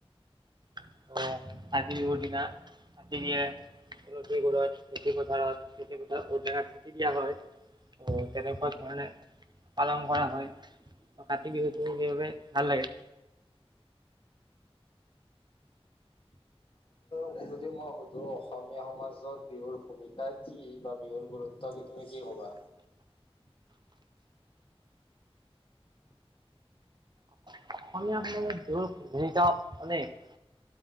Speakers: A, on the right (about 45°); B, on the left (about 60°).
A: উম কাতি বিহুৰ দিনা কাতিকে তুলসী তলত খেতি পথাৰত ঔটেঙাৰচাকি দিয়া হয়, ত তেনেকুৱা ধৰণে পালন কৰা হয়, ত কাতি বিহুটো সেইবাবে ভাল লাগে।
B: তুমি যদি মই সুধোঁ অসমীয়া সমাজত বিহুৰ ভূমিকা কি বা বিহুৰ গুৰুত্ব কি তুমি কি ক'বা?
A: অসমীয়া মত বিহুৰ ভূমিকা অনেক,